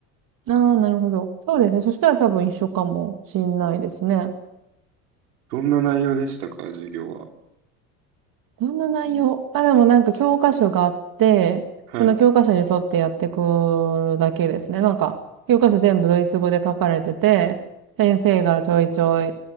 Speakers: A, on the right; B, on the right.
A: ああ、なるほど。そうですね。そしたら多分一緒かもしんないですね。
B: どんな内容でしたか、授業は。
A: どんな内容あ、でもなんか教科書があって、
B: はい、
A: その教科書に沿ってやっていくだけですね。なんか、教科書全部ドイツ語で書かれてて、先生がちょいちょい、